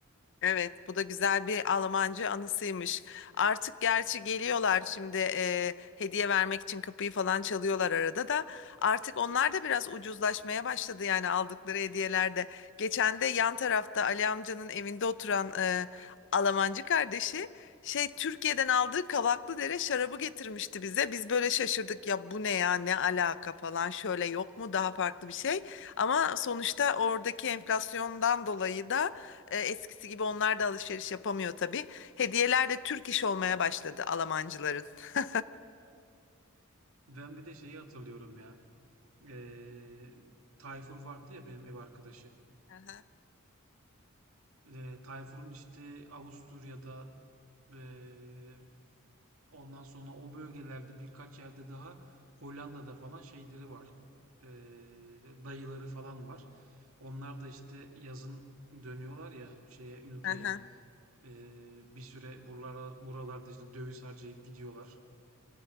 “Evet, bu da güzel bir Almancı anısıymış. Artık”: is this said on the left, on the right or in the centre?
Left